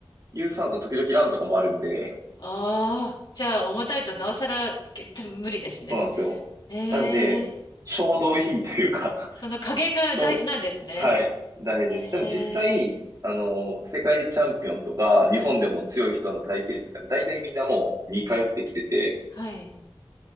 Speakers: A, on the right (about 40°); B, on the left (about 55°).
A: 有酸素時々ランとかもあるんで、
B: ああ、じゃあ重たいとなおさらけ無理ですね。
A: そうなんですよ。
B: ええ
A: なんで、ちょうどいいというか、
B: その加減が大事なんですね。
A: <laughs> ちょう、はい、大事です。でも実際、
B: ええ
A: あの、世界チャンピオンとか、日本でも強い人の体型って、
B: はい。
A: 大体みんなもう似通ってきてて、
B: はい。